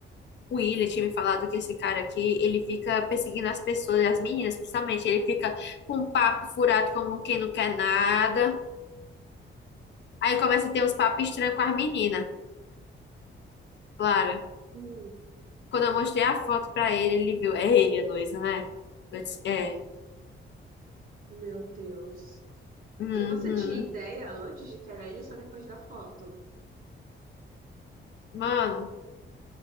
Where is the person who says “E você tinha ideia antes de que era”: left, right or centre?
Right